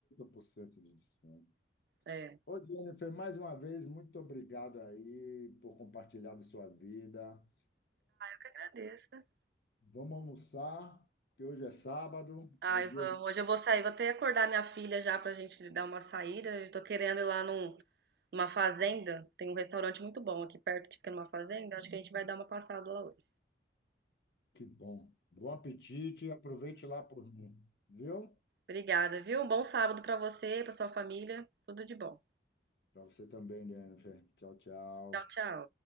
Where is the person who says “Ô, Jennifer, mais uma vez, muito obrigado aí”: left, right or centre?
Left